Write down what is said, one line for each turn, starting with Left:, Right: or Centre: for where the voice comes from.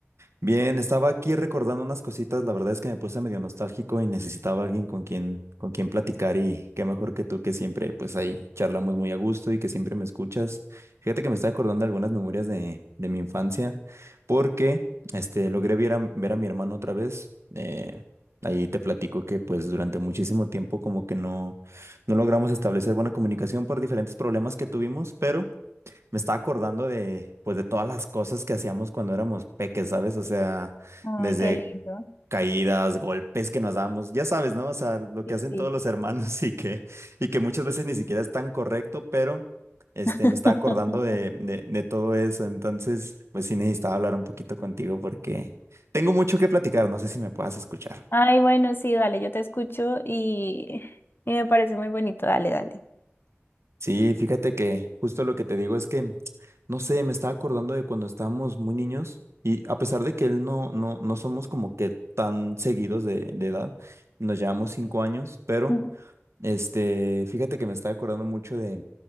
Right: Bien, estaba aquí recordando unas cositas, la verdad es que me puse medio nostálgico y necesitaba alguien con quien con quien platicar y qué mejor que tú que siempre pues ahí charlamos muy a gusto y que siempre me escuchas. Fíjate que me está acordando de algunas memorias de, de mi infancia porque este logré ver a, ver a mi hermano otra vez. Eh, ahí te platico que pues durante muchísimo tiempo como que no no logramos establecer buena comunicación por diferentes problemas que tuvimos, pero Me estaba acordando de, pues, de todas las cosas que hacíamos cuando éramos peques, ¿sabes? O sea,
Left: Ay,
Right: desde
Left: qué lindo.
Right: caídas, golpes que nos dábamos, ya sabes, ¿no? O sea, lo
Left: Sí,
Right: que hacen
Left: sí.
Right: todos los hermanos <laughs> y que, y que muchas veces ni siquiera es tan correcto, pero, este,
Left: <laughs>
Right: me estaba acordando de, de, de todo eso. Entonces, pues sí necesitaba hablar un poquito contigo porque tengo mucho que platicar, no sé si me puedas escuchar.
Left: Ay, bueno, sí, dale, yo te escucho y, y me parece muy bonito, dale, dale.
Right: Sí, fíjate que justo lo que te digo es que, no sé, me estaba acordando de cuando estábamos muy niños y a pesar de que él no, no, no somos como que tan seguidos de, de edad, nos llevamos cinco años, pero
Left: Ujú.
Right: este, fíjate que me estaba acordando mucho de,